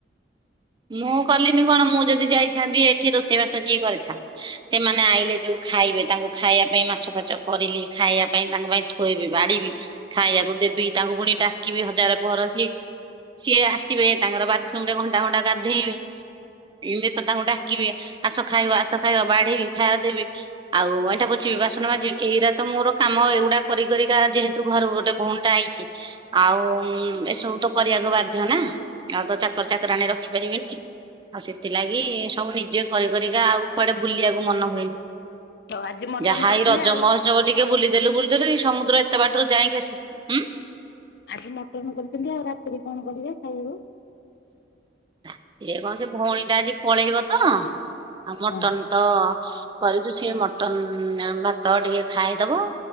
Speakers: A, on the right; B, on the left.
A: ମୁଁ ଗଲିନି କଣ ମୁଁ ଯଦି ଯାଇଥାନ୍ତି ଏଠି ରୋଷେଇବାସ କିଏ କରିଥା ସେମାନେ ଆଇଲେ ଯୋଉ ଖାଇବେ ତାଙ୍କୁ ଖାଇବା ପାଇଁ ମାଛ ଫାଚ କରିଲି ଖାଇବା ପାଇଁ ତାଙ୍କ ପାଇଁ ଥୋଇବି, ବଢ଼ିବି, ଖାଇଆକୁ ଦେବି ତାଙ୍କୁ ପୁଣି ଡ଼ାକିବି ହଜାରେ ପହର ସିଏ। ସିଏ ଆସିବେ ତାଙ୍କର ବାଥରୁମ୍ ରେ ଘଣ୍ଟା ଘଣ୍ଟା ଗାଧେଇବେ। ଏମି ତ ତାଙ୍କୁ ଡ଼ାକିବି ଆସ ଖାଇବ ଆସ ଖାଇବ ବଢ଼ିବି, ଖାଇଆକୁ ଦେବି। ଆଉ ଅଇଁଠା ପୋଛିବି, ବାସନ ମାଜିବି, ଏଇରା ତ ମୋର କାମ ଏଗୁଡ଼ା କରି କରିକା ଯେହେତୁ ଘର ଗୋଟେ ଭଉଣ୍ ଟା ଆଇଚି ଆଉ ଏସବୁ ତ କରିଆକୁ ବାଧ୍ୟ୍ୟ ନା ଆଉ ତ ଚାକର, ଚାକରାଣୀ ର ଖିପାରିବିନି। ଆଉ ସେତିଲାଗି ସବୁ ନିଜେ କରି କରିକା ଆଉ କୁଆଡ଼େ ବୁଲିଆକୁ ମନ ହୁଏନି।
B: ଆଉ ଆଜି ମଟନ
A: ଯାହା
B: କରିଛନ୍ତି
A: ଏଇ ରଜ
B: ଆଉ
A: ମହୋତ୍ସବ ଟିକେ ବୁଲିଦେଲୁ ବୁଲିଦେଲୁ ଏଇ ସମୁଦ୍ର ଏତେ ବାଟରୁ ଯାଇକି ଆସି ଉୁଁ
B: ଆଜି ମଟନ କରିଚନ୍ତି ଆଉ ରାତିରେ କଣ କରିବେ ଖାଇଆକୁ?
A: ରାତିରେ କଁ ସେ ଭଉଣୀ ଟା ଆଜି ପଳେଇବ ତ ଆଉ ମଟନ
B: ହଁ
A: ତ କରିଚୁ ସେ ମଟନ ଭାତ ଟିକେ ଖାଇଦବ।